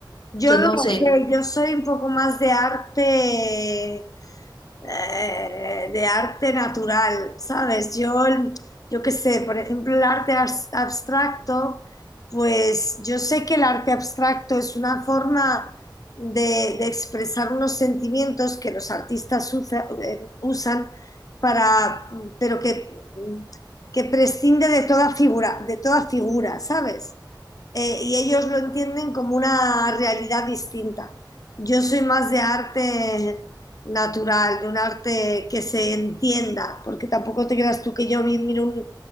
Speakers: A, on the left; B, on the left.
A: Yo
B: Entonces,
A: no
B: no
A: lo
B: sé.
A: sé, yo soy un poco más de arte, eh, de arte natural, ¿sabes? Yo, el- yo qué sé, por ejemplo, el arte abs- abstracto, pues yo sé que el arte abstracto es una forma de, de expresar unos sentimientos que los artistas usa- eh, usan para, pero que, que prescinde de toda figura, de toda figura, ¿sabes? eh, y ellos lo entienden como una realidad distinta. Yo soy más de arte natural, de un arte que se entienda, porque tampoco te creas tú que yo vi- miro un,